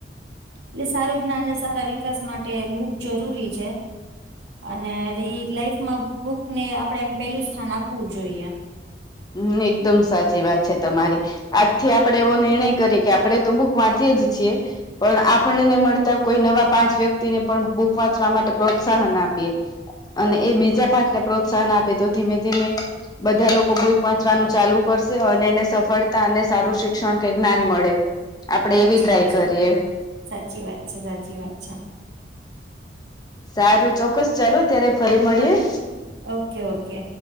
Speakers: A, on the right (about 80°); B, on the left (about 25°).
A: એટલે સારું જ્ઞાનને સારા વિકાસ માટે બહુક જરૂરી છે. અને લાઈફમાં બુકને આપડે એમ પેલું સ્થાન આપવું જોઈએ.
B: હમ એકદમ સાચી વાત છે તમારી. આજથી આપણેે એવો નિર્ણય કરીએ કે આપણેે તો બુક વાંચીએે જ છીએ. પણ આપણને મળતા કોઈ નવા પાંચ વ્યક્તિને પણ બુક વાંચવા માટે પ્રોત્સાહન આપીએ. અને એ બીજા પાંચને પ્રોત્સાહન આપે તો ધીમે ધીમે બધા લોકો બ. પંચવાનું ચાલુ કરશે અને એને સફળતા અને સારું શિક્ષણ કે જ્ઞાન મળે. આપડે
A: સાચી
B: એવી ટ્રાય
A: વાત છે
B: કરીએ
A: સાચી વાત છે સાચી વાત છે.
B: સારું ચોક્કસ ચાલુ ત્યારે ફરી મળીએે.
A: Okay okay.